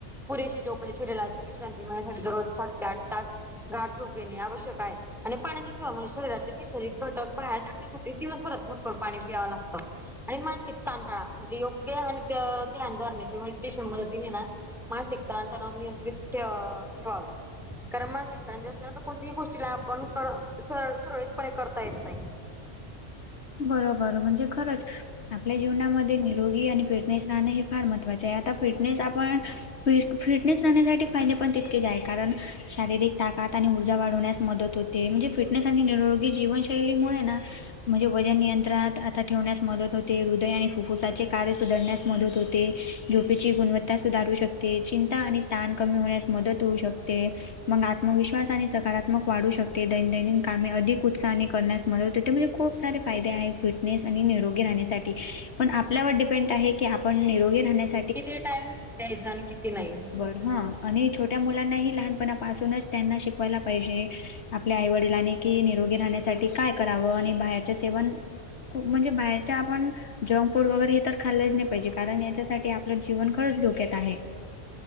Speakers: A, in the centre; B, on the left.
A: पुरेशी जोप म्हणजे शरीराला विश्रांती मिळण्यासाठी दररोज सात ते आठ तास गाड चोक घेणे आवश्यक आहे. आणि पाण्याची सिवा म्हणजे शरीरातील विषयिक घटक बाहेर टाकण्यासाठी दिवसभरात भरपूर पाणी पिवं लागतं. आणि मानसिक तांतळा म्हणजे योग्य आणि द्य ध्यान धरण्याच्या मेडिटशन मदतीने ना मानसिकता आणि तनाव नियंत्रित ठेवा ठेवावे. कारण मानसिक तंज असल्यानं कोणतीही गोष्टीला आपण करळ सरळ सुरळीतपणे करता येत नाही.
B: बरोबर म्हणजे खरंच आपल्या जीवनामध्ये निरोगी आणि फिटनेस राहणे हे फार महत्त्वाचे आहे आता फिटनेस आपण फिस फिटनेस राहण्यासाठी फायदे पण तेक केज आहे शारीरिक ताकात आणि ऊर्जा वाढवण्यास मदत होते म्हणजे फिटनेस आणि निरोगी जीवन शैलीमुळे म्हणजे वजन नियंत्रणात आता ठेवण्यास मदत होते हृदय आणि फुफ्फाचे कार्य सुधारण्यास मदत होते झोपेची गुणवत्ता सुधारू शकते चिंता आणि ताण कमी होण्यास मदत होऊ शकते मंग आत्मविश्वास आणि सकारात्मक वाढू शक ते दैनदैनी कामे अधिक उत्साहाने करण्यास मदत होते. म्हणजे खूप खूप सारे फायदे आहेत फिटनेस आणि निरोगी राहण्यासाठी, पण आपल्यावर डिपेंड आहे की आपण निरोगी राहण्यास
A: किती टाइम द्यायचा आणि किती नाही?
B: हा, आणि छोट्या मुलांनाही लहानपणापासूनच, त्यांना शिकवायला पाहिजे आपल्या आई वडिलांनी की निरोगी राहण्यासाठी काय करावं? आणि बाहेर सेवण, खूप म्हणजे काय बाहेरचा आपण जंगफुड वगैरे हे तर खाल्लच नाही पाहीजे, कारण याच्यासाठी आपलं जीवन खरंच धोक्यात आहे.